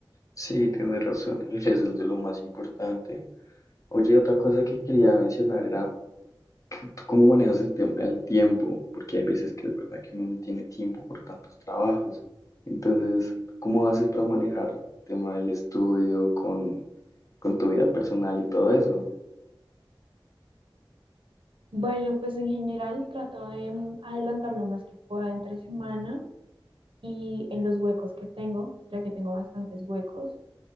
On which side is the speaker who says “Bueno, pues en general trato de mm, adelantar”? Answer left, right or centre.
Right